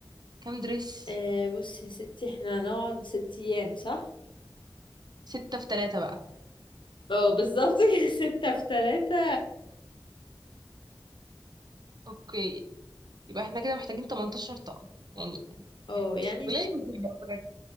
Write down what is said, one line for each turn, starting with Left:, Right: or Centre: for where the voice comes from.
Right: كام دريس
Left: آه بصي يا ستي احنا هنقعد ست ايام صح؟
Right: ستة في ثلاثة بقى
Left: اه بالظبط كده <laughs> ستة في تلاتة
Right: أوكي يبقى احنا كده محتاجين 18 طقم يعني
Left: اه يعني
Right: قليل جدا بجد